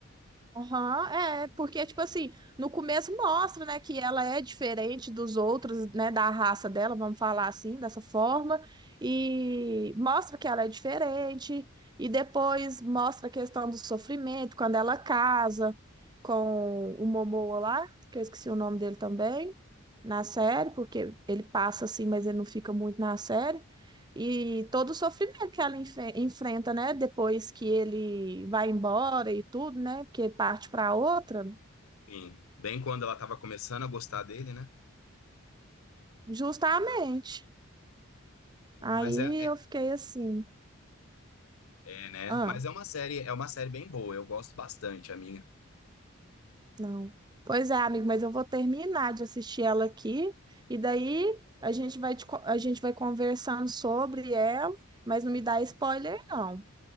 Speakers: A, on the right (about 20°); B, on the left (about 80°).
A: Aham, é, porque, tipo assim, no começo mostra, né, que ela é diferente dos outros, né, da raça dela, vamos falar assim, dessa forma, e mostra que ela é diferente, e depois mostra a questão do sofrimento, quando ela casa com o Momoa lá, que eu esqueci o nome dele também, na série, porque ele passa assim, mas ele não fica muito na série. E todo o sofrimento que ela enfe- enfrenta, né? Depois que ele vai embora e tudo, né? Porque parte para outra,
B: Sim, bem quando ela estava começando a gostar dele, né?
A: justamente. Aí
B: Mas é, é
A: eu fiquei assim,
B: É, né?
A: ah,
B: Mas é uma série, é uma série bem boa, eu gosto bastante, amiga.
A: não. Pois é, amigo, mas eu vou terminar de assistir ela aqui e daí a gente vai, te co- a gente vai conversando sobre ela, mas não me dá spoiler, não,